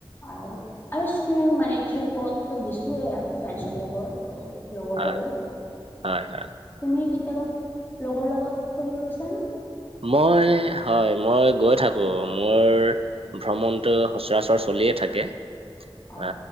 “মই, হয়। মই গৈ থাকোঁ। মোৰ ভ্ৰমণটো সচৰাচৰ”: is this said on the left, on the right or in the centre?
Right